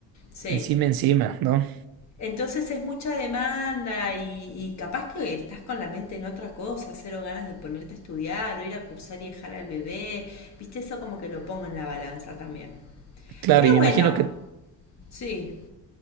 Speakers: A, on the left; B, on the right.
A: sí.
B: encima, encima, ¿no?
A: Entonces es mucha demanda y, y capaz que estás con la mente en otra cosa, cero ganas de ponerte a estudiar o ir a cursar y dejar al bebé. Viste, eso como que lo pongo en la balanza también.
B: Claro,
A: Pero
B: y me
A: bueno,
B: imagino que,
A: sí,